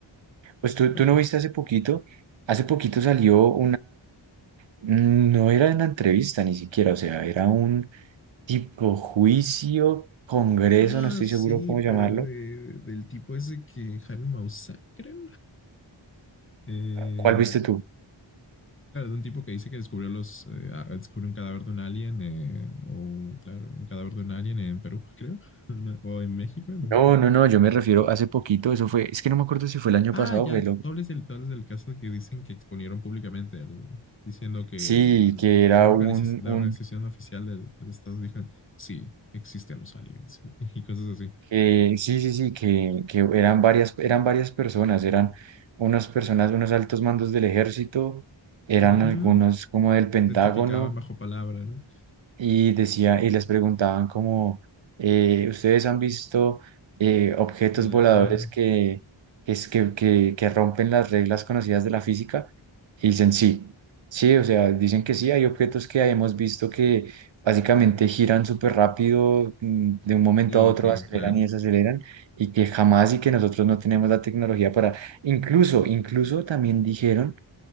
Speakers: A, on the right; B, on the left.
A: pues tú,
B: Bueno,
A: tú no viste hace poquito, hace poquito salió No era una entrevista ni siquiera, o sea, era un tipo juicio, congreso,
B: ah,
A: no estoy
B: sí,
A: seguro cómo
B: pero
A: llamarlo.
B: era de- del tipo ese que Jaime Maussan, creo. Eh,
A: ¿Cuál viste tú?
B: claro, de un tipo que dice que descubrió los, eh, ah, descubrió un cadáver de un alien, eh, o claro, un cadáver de un alien en Perú, creo, <laughs> o en México, no me
A: No,
B: acuerdo.
A: no, no, yo me refiero hace poquito, eso fue, es que no me acuerdo si fue el año
B: Ah,
A: pasado,
B: ya,
A: fue
B: tú
A: lo...
B: tú hablas del, tú hablas del caso que dicen que exponieron públicamente, el- diciendo que
A: Sí,
B: el-
A: que era
B: una
A: un,
B: organización, la
A: un
B: organización oficial del, del Estado dijo, sí, existen los aliens y, <laughs> y cosas así.
A: que, sí, sí, sí, que, que eran varias, eran varias personas, eran unas personas, unos altos mandos del ejército, eran
B: Ujú,
A: algunos como del Pentágono,
B: Testificaban bajo palabra, ¿no?
A: y decía, y les preguntaban como, eh, ¿ustedes han visto eh, objetos
B: Sí,
A: voladores
B: es real.
A: que, que, es- que, que, que rompen las reglas conocidas de la física? Y dicen sí, sí, o sea, dicen que sí, hay objetos que hemos visto que básicamente giran súper rápido, mm, de un momento
B: Y
A: a otro
B: que,
A: aceleran
B: claro,
A: y desaceleran, y que jamás y que nosotros no tenemos la tecnología para, incluso, incluso también dijeron,